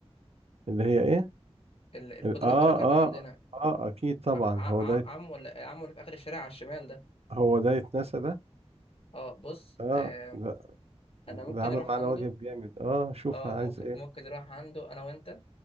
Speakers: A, on the right; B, on the left.
A: اللي هي ايه
B: ال- القدره
A: ال- اه
B: الخارقه
A: اه
B: اللي عندنا
A: اه اكيد طبعا
B: ع... ع...
A: هو ده
B: ع- عمو اللي... عمو اللي في اخر الشارع على الشمال ده
A: هو ده يتنسى ده
B: اه بص
A: اه
B: آه...
A: ده ده
B: انا ممكن
A: عمل
B: اروح
A: معانا
B: عنده
A: واجب جامد اه شوف
B: اه
A: عايز
B: ممكن
A: ايه
B: ممكن نروح عنده انا وانت